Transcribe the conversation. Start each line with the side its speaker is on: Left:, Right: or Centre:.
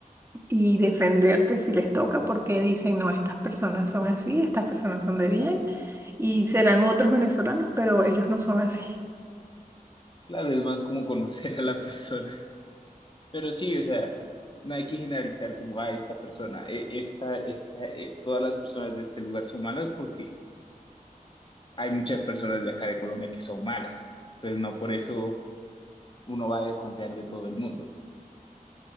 Right: y defenderte si les toca, porque dicen, no, estas personas son así, estas personas son de bien, y serán otros venezolanos, pero ellos no son así.
Left: Claro, es más como conocer a la persona. Pero sí, o sea, no hay que generalizar como, a esta persona, eh, esta, esta, eh, todas las personas de este lugar son malas porque hay muchas personas de acá de Colombia que son malas. Entonces, no por eso uno va a desconfiar de todo el mundo.